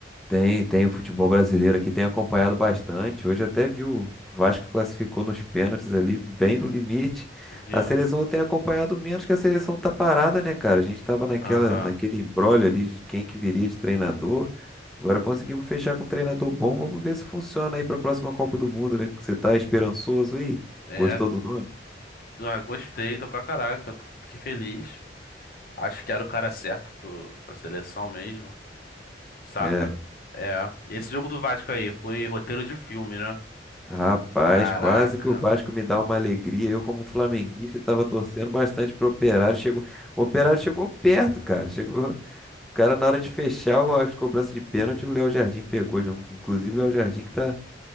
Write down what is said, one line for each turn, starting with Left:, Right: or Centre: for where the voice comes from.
Centre: tem, tem o futebol brasileiro aqui, tem acompanhado bastante. Hoje até vi o Vasco classificou nos pênaltis ali, bem no limite.
Left: Viu?
Centre: A seleção tem acompanhado menos que a seleção tá parada, né, cara? A gente tava naquela,
Left: Aham.
Centre: naquele imbróglio ali de quem que viria de treinador. Agora conseguimos fechar com um treinador bom. Vamos ver se funciona aí pra próxima Copa do Mundo, né? Você tá esperançoso aí?
Left: É,
Centre: Gostou do nome?
Left: ah, gostei, tô pra caraca. tô- Fiquei feliz. Acho que era o cara certo pro, pra seleção mesmo. Saca?
Centre: É.
Left: É. Esse jogo do Vasco aí foi roteiro de filme, né?
Centre: Rapaz,
Left: Caraca.
Centre: quase que o Vasco me dá uma alegria. Eu, como flamenguista, estava torcendo bastante pro Operário. Chegou, o Operário chegou perto, cara. Chegou, o cara na hora de fechar o- as cobranças de pênalti, o Léo Jardim pegou. de um- Inclusive, o Léo Jardim que tá,